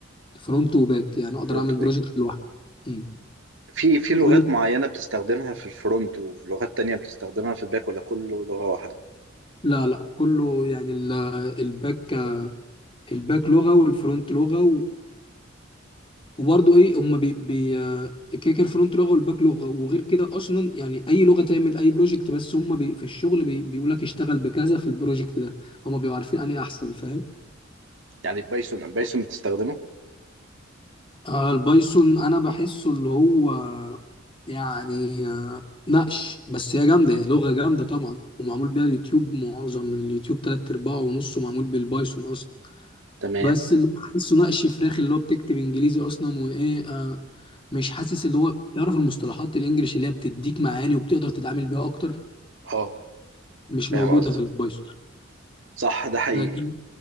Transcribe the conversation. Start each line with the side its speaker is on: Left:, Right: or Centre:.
Left: فرونت وباك يعني اقدر
Right: فرونت
Left: اعمل
Right: باك
Left: بروجكت لوحدي أمم.
Right: في في لغات
Left: قول لي
Right: معينة بتستخدمها في الفرونت ولغات تانية بتستخدمها في الباك ولا كله لغة واحدة؟
Left: لا لا كله يعني ال- الباك الباك لغه والفرونت لغه وبرضه ايه هم بي بي آه، كده كده الفرونت لغه والباك لغه وغير كده اصلا يعني اي لغه تعمل اي بروجكت بس هم بي في الشغل بي بيقول لك اشتغل بكذا في البروجكت ده هم بيبقوا عارفين انهي احسن فاهم
Right: يعني بايثون بايثون بتستخدمه؟
Left: آه البايثون انا بحسه اللي هو يعني آه، نقش بس هي جامده يعني لغه جامده طبعا ومعمول بيها اليوتيوب معظم اليوتيوب تلات ارباعه ونصه معمول بالبايثون اصلا
Right: تمام
Left: بس اللي بحسه نقش فراخ اللي هو بتكتب انجليزي اصلا وايه آه، مش حاسس اللي هو تعرف المصطلحات الانجليش اللي هي بتديك معاني وبتقدر تتعامل بيها اكتر
Right: اه
Left: مش
Right: فاهم
Left: موجوده
Right: قصدي
Left: في البايثون
Right: صح ده حقيقي
Left: لكن